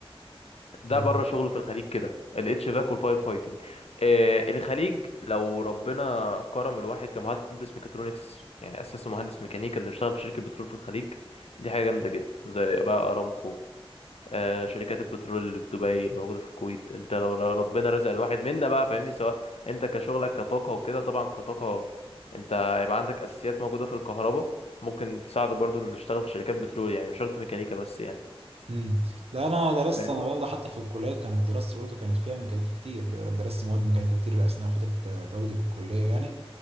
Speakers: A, on the left; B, on the right.
A: ده
B: امم
A: بره شغله في الخليج كده الاتش فاك والفاير فايتنج آه الخليج لو ربنا كرم الواحد كمهندس ميكاترونكس يعني اساسه مهندس ميكانيكا انه يشتغل في شركه بترول في الخليج دي حاجه جامده جدا زي بقى ارامكو آه شركات البترول اللي في دبي اللي موجوده في الكويت انت لو لو ربنا رزق الواحد منا بقى فاهمني سواء انت كشغلك كطاقه وكده طبعا كطاقه انت يبقى عندك اساسيات موجوده في الكهرباء ممكن تساعدك برضو انك تشتغل في شركات بترول يعني مش شرط ميكانيكا بس يعني
B: امم لا انا درست
A: فاهمني
B: انا برضه حتى في الكليه كانت دراستي برضه كانت فيها ميكانيكا كتير درست مواد ميكانيكا كتير اثناء فتره تواجدي في الكليه يعني